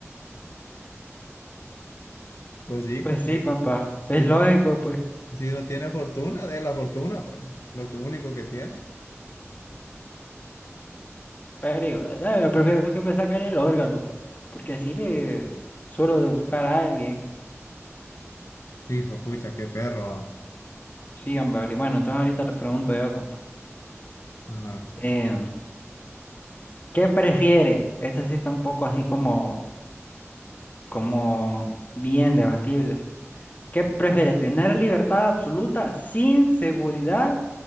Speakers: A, on the left; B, on the left.
A: pues sí,
B: Pues
A: compa,
B: sí, compa. Es
A: si
B: lógico,
A: no, ti-
B: pues.
A: si no tiene fortuna, de la fortuna, pues, lo que único que tiene.
B: Pero igual, eh, prefiero que me saquen el órgano. Porque así le suelo de buscar a alguien.
A: Hijo, fucha, qué perro. ah.
B: Sí, hombre, vale. bueno, entonces ahorita le pregunto yo, compa.
A: Ajá.
B: Eh, ¿qué prefiere? Esta sí está un poco así como, como bien debatible. ¿Qué prefiere? ¿Tener libertad absoluta sin seguridad